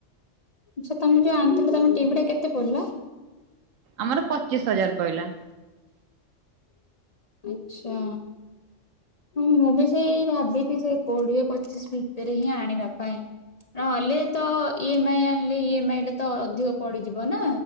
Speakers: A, on the left; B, on the right.
A: ଆଛା ତମେ ଯୋଉ ଆଣିଥିଲ ତମେ ଟିଭିଟା କେତେ ପଡିଲା
B: ଆମର ପଚିଶ ହଜାର ପଡ଼ିଲା
A: ଆଛା ହଁ ମୁଁ ବି ସେଇ ଭାବିଛି ସେ କୋଡିଏ ପଚିଶ ଭିତରେ ହିଁ ଆଣିବା ପାଇଁ ନ ହେଲେ ତ ଇ ଏମ ଆଇ ଆଣିଲେ ଇ ଏମ ଆଇଟା ତ ଅଧିକ ପଡିଯିବ ନା